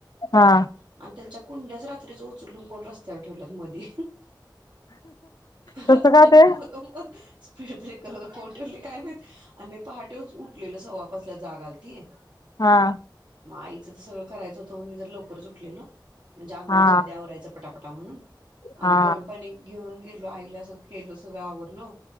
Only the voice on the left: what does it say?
हा
कसं काय ते
हा.
हा
हा